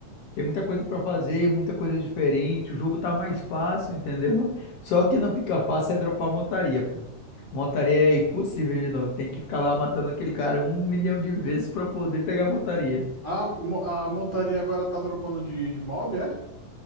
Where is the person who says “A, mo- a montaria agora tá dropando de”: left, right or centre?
Right